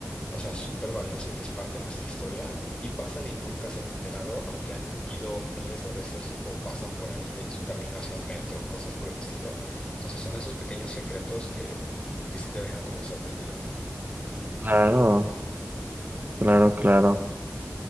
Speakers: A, on the left; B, on the right.
A: o sea, súper valiosa y que es parte de nuestra historia, y pasan y nunca se han enterado, aunque han ido miles de veces o pasan por ahí en su camino hacia el metro, cosas por el estilo. Entonces son esos pequeños secretos que, que sí te dejan como sorprendido.
B: claro, claro, claro.